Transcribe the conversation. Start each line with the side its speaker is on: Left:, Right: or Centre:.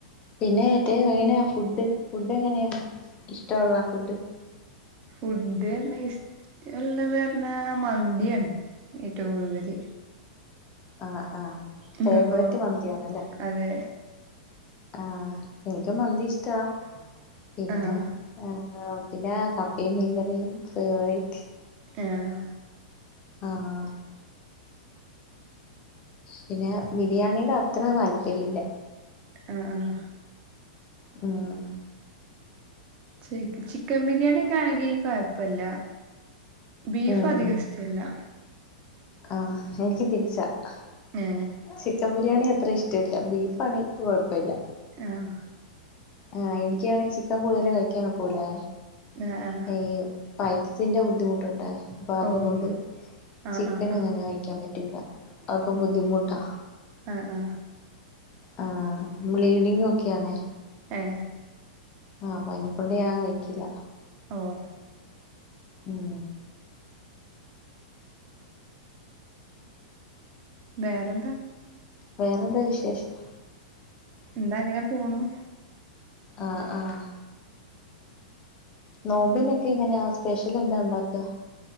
Left: പിന്നെ ഏറ്റ എങ്ങനെയാ? ഫുഡ് ഫുഡ് എങ്ങനെയാ? ഇഷ്ട്ടോള്ള ഫുഡ്.
Right: ഫുഡറിഞാ ഇഷ് ള്ളത് അറിഞ്ഞാൽ മന്തിയാണ് ഏറ്റവും കൂടുതല്.
Left: ആഹ് ആഹ്,
Right: ഇങ്ങക്കോ
Left: ഫേവറൈറ്റ് മന്തിയാണല്ലേ.
Right: അതെ
Left: ആഹ് എനിക്കും മന്തി ഇഷ്ട്ടാ പിന്നെ
Right: ആഹ്
Left: ആഹ്, പിന്നെ കപ്പയും മീൻകറിയും ഫേവറേറ്റ്.
Right: ആഹ്.
Left: ആഹ്. പിന്നെ ബിരിയാണീല് അത്ര താല്പര്യ ഇല്ല.
Right: ആഹ് ആഹ്.
Left: ഉം.
Right: ചി ചിക്കം ബിരിയാണിക്കെ ആണെങ്കി കുഴപ്പല്ല ബീഫ്
Left: ഉം
Right: അധികം ഇഷ് ഇല്ലാ.
Left: ആഹ് എനിക്ക് തിരിച്ചാ ആ.
Right: ഏ.
Left: ചിക്കൻ ബിരിയാണി അത്ര ഇഷ്ട്ടല്ല ബീഫ് ആണെ ക്ക് കുഴപ്പമില്ല.
Right: ആഹ്.
Left: ആഹ്, എനിക്കാണെ ചിക്കൻ കൂടുതൽ കഴിക്കാനൊക്കൂലാ
Right: ആഹ് ആഹ്
Left: ഈ പൈൽസിന്റെ ബുദ്ധിമുട്ടുണ്ടായി, അപ്പൊ അതിനെകൊണ്ട്
Right: ഓഹ് ആഹ്
Left: ചിക്കനങ്ങനെ
Right: ആഹ് ആഹ്
Left: ക കഴിക്കാൻ പറ്റൂല അപ്പം ബുദ്ധിമുട്ടാ.
Right: ആഹ് ആഹ്.
Left: ആഹ്, ബ്ലീഡിംങ് ഒക്കെയാണേ.
Right: ഏ.
Left: ആഹ്, അപ്പൊ അയിനെകൊണ്ട് ഞാൻ കഴിക്കില്ല.
Right: ഓഹ്.
Left: ഉം.
Right: വേറെന്താ?
Left: വേറെന്താ വിശേഷം?
Right: എന്താ അങ്ങനെ പോണു.
Left: ആഹ്, ആഹ്. നോമ്പിനൊക്കെ എങ്ങനെയാ? സ്പെഷ്യൽ എന്താ ഉണ്ടാക്കാ?